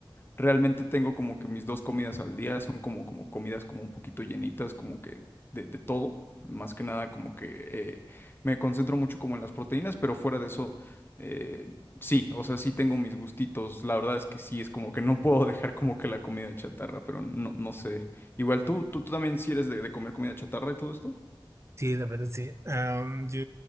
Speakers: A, on the left; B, on the right.
A: Realmente tengo como que mis dos comidas al día son como, como comidas como un poquito llenitas, como que de, de todo. Más que nada como que eh, me concentro mucho como en las proteínas, pero fuera de eso, eh, sí, o sea, sí tengo mis gustitos. La verdad es que sí, es como que no <laughs> puedo dejar como que la comida chatarra, pero no, no sé. Igual tú, tú, tú también sí eres de, de comer comida chatarra y todo esto.
B: Sí, la verdad sí. Am, yo